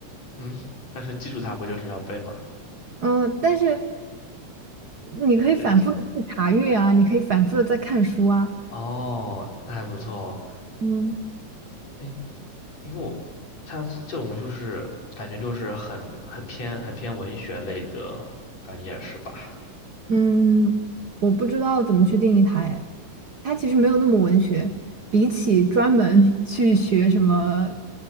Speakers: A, on the left (about 55°); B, on the right (about 50°).
A: 嗯，但是基础它不就是要背吗？
B: 嗯，但是你可以反复的去查阅啊，
A: 真的是
B: 你可以反复的再看书啊。
A: 哦，那还不错哦。
B: 嗯。
A: 哎因为我他这种就是感觉就是很很偏很偏文学类的专业是吧？
B: 嗯，我不知道怎么去定义它，哎，它其实没有那么文学，比起专门 <laughs> 去学什么